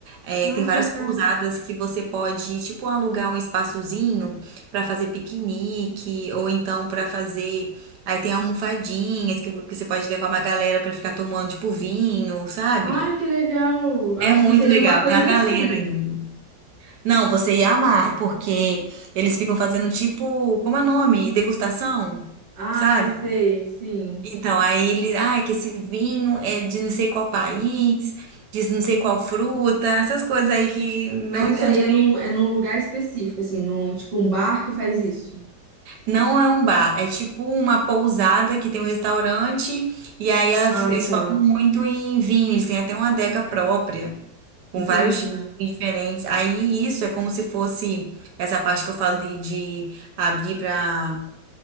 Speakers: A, on the right; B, on the right.
A: é,
B: Ai,
A: tem várias
B: que legal.
A: pousadas que você pode, tipo, alugar um espaçozinho para fazer piquenique, ou então para fazer. Aí tem almofadinhas que, que você pode levar uma galera para ficar tomando, tipo, vinho, sabe?
B: Ai, que legal. Acho
A: É muito
B: que seria
A: legal,
B: uma coisa
A: tem uma galera
B: assim.
A: indo. Não, você ia amar, porque eles ficam fazendo tipo, como é o nome? Degustação,
B: Ai,
A: sabe?
B: sei, sim.
A: Então, aí ele, ah, que esse vinho é de não sei qual país, de não sei qual fruta, essas coisas aí que não
B: Mas isso
A: entendi.
B: aí é num, é num lugar específico, assim, num, tipo um bar que faz isso.
A: Não é um bar, é tipo uma pousada que tem um restaurante, e aí a-
B: Ah,
A: eles
B: tá.
A: focam muito em vinho, eles têm até uma adega própria, com
B: Entendi.
A: vários tipos de vinhos diferentes. Aí isso é como se fosse essa parte que eu falo de, de abrir para.